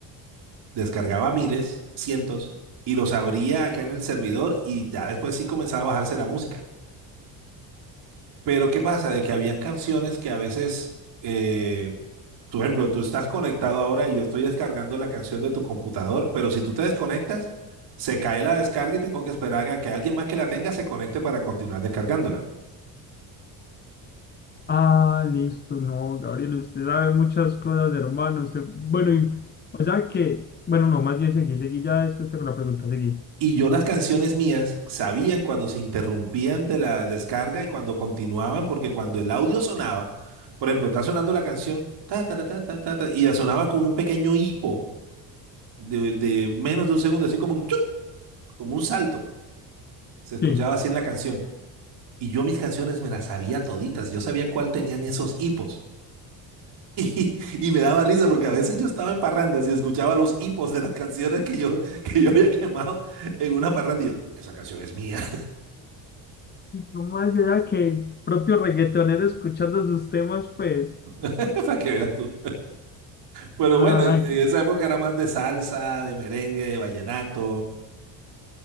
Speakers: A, on the right; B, on the left.
A: descargaba miles, cientos, y los abría acá en el servidor y ya después sí comenzaba a bajarse la música. Pero ¿qué pasa? De que habían canciones que a veces, eh, tú, por ejemplo, tú estás conectado ahora y yo estoy descargando la canción de tu computador, pero si tú te desconectas, se cae la descarga y tengo que esperar a que alguien más que la tenga se conecte para continuar descargándola.
B: Ah, listo, no, Gabriel, usted sabe muchas cosas, hermano. Usted, bueno, y- o sea que, bueno, no, más bien seguí, seguí ya después con la pregunta, seguí.
A: Y yo las canciones mías sabían cuando se interrumpían de la descarga y cuando continuaban, porque cuando el audio sonaba, por ejemplo, está sonando la canción, ta, ta, ta, ta, ta, ta, ta, y ya sonaba como un pequeño hipo de, de menos de un segundo, así como un chuc, como un salto. Se escuchaba
B: Sí.
A: así en la canción. Y yo mis canciones me las sabía toditas, yo sabía cuál tenían esos hipos. <laughs> Y, y me daba risa porque a veces yo estaba en parrandas y escuchaba los hipos de las canciones que yo, que yo había quemado en una parranda y yo, esa canción es mía,
B: Y tú más allá que el propio reggaetonero escuchando sus temas, pues.
A: <laughs> para que veas tú. Pero
B: Ah,
A: bueno, e, en
B: qué-
A: esa época era más de salsa, de merengue, de vallenato.